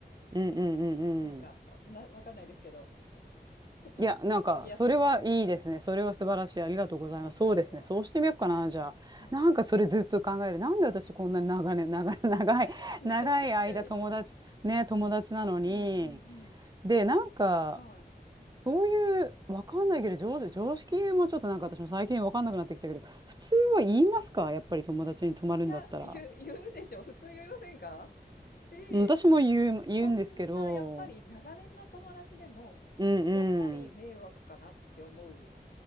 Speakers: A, on the right; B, on the left.
A: うんうんうんうん。
B: なんか、な、わかんないですけど、ちょっと持って行きやすくないですか
A: いや、なんか、それはいいですね。それは素晴らしい。ありがとうございます。そうですね。
B: いやいや、
A: そうしてみようかな、じゃあ。
B: はい。
A: なんか、それずっと考えて、なんで私こんなに長年、長い、<laughs> 長い、
B: <laughs> な確かに。
A: 長い間友達、ね、友達なのに、
B: うんうんうん。い
A: で、なんか、
B: や、はい。
A: そういう、わかんないけど、常、常識もちょっとなんか私も最近わかんなくなってきたけど、普通は言いますかやっぱり友達に泊まるんだったら。
B: いや、言う、言うでしょ。普通言いませんかし、
A: うん私も言う、
B: そんな、
A: 言うんですけど、
B: やっぱり長年の友達でも、
A: うんう
B: やっぱり迷惑かなって思う